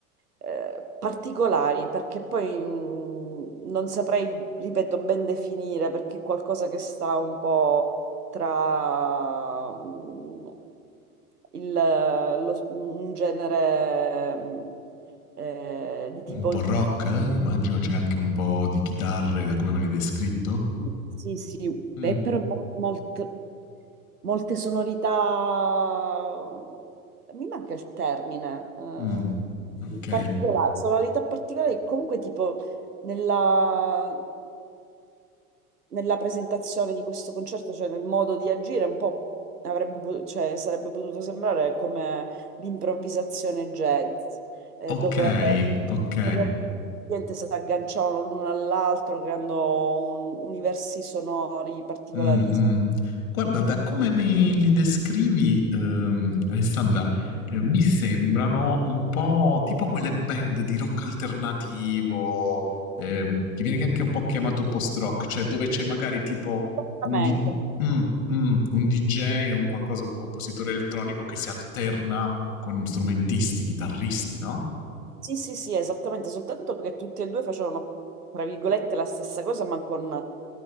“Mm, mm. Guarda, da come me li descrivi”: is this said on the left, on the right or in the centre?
Left